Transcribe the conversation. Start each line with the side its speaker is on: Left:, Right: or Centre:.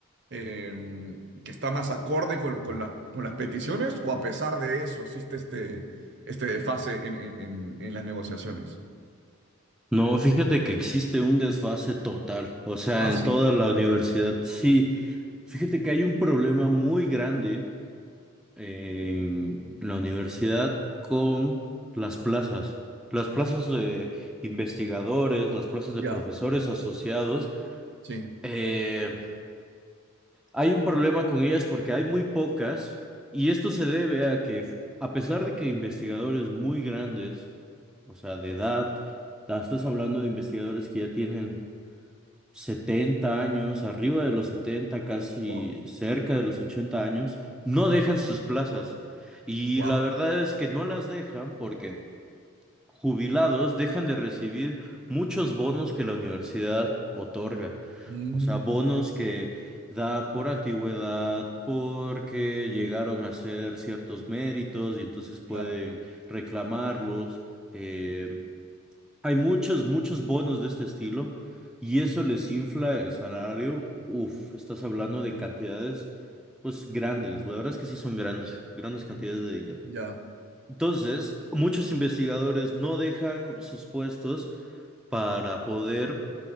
Right: eh, que está más acorde con, con las- con las peticiones? ¿O a pesar de eso existe este, este desfase en, en- en- en las negociaciones?
Centre: No, fíjate que existe un desfase total, o sea,
Right: Ah,
Centre: en
Right: sí,
Centre: toda la universidad. Sí, fíjate que hay un problema muy grande en la universidad con las plazas. Las plazas de investigadores, las plazas de
Right: ya,
Centre: profesores asociados.
Right: sí.
Centre: eh, Hay un problema con ellas porque hay muy pocas y esto se debe a que, a pesar de que investigadores muy grandes, o sea, de edad, ta- estás hablando de investigadores que ya tienen 70 años, arriba de los 70, casi
Right: Wow.
Centre: cerca de los 80 años, no
Right: Ajá.
Centre: dejan sus plazas. Y
Right: Wow.
Centre: la verdad es que no las dejan porque jubilados dejan de recibir muchos bonos que la universidad otorga.
Right: Mm,
Centre: O sea, bonos que da por antigüedad, porque llegaron a hacer ciertos méritos y entonces pueden
Right: claro,
Centre: reclamarlos. Eh, hay muchos, muchos bonos de este estilo y eso les infla el salario. Uf, estás hablando de cantidades, pues grandes. La verdad es que sí son grandes, grandes cantidades de dinero.
Right: ya.
Centre: Entonces, muchos investigadores no dejan sus puestos para poder